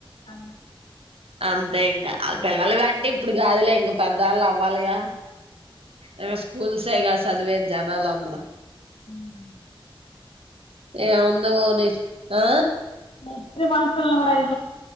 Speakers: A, on the left (about 75°); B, on the right (about 90°).
A: అ
B: అంతే ఇంకా వా పిల్లలుంటే ఇప్పుడు కాదులే ఇంకా పెద్దవాళ్ళు అవ్వాలిగా అ స్కూల్ సేగా సాదివేది జనాలా అందరు
A: ఉమ్,
B: ఏముంది పోని ఆ
A: మెచ్యూర్ ఫంక్షన్లు కూడా అయి